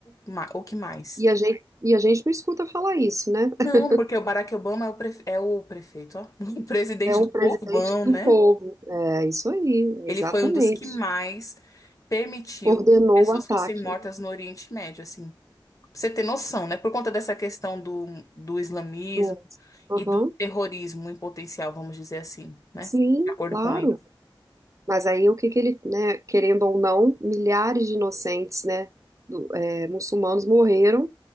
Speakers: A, on the left (about 40°); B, on the right (about 35°).
A: o, ma- o que mais.
B: E a gente, e a gente não escuta falar isso, né?
A: Não,
B: <laughs>
A: porque o Barack Obama é o, prefe- é o prefeito, ó, <laughs> o presidente
B: É um
A: do
B: presidente
A: povão,
B: do
A: né?
B: povo. É isso aí,
A: Ele
B: exatamente.
A: foi um dos que mais permitiu
B: Ordenou
A: que pessoas
B: o ataque
A: fossem mortas no Oriente Médio, assim. Pra você ter noção, né? Por conta dessa questão do, do islamismo
B: do outro. Aham.
A: e do terrorismo em potencial, vamos dizer assim, né?
B: Sim,
A: De acordo
B: claro.
A: com ele.
B: Mas aí o que que ele, né, querendo ou não, milhares de inocentes, né, do- é, muçulmanos morreram,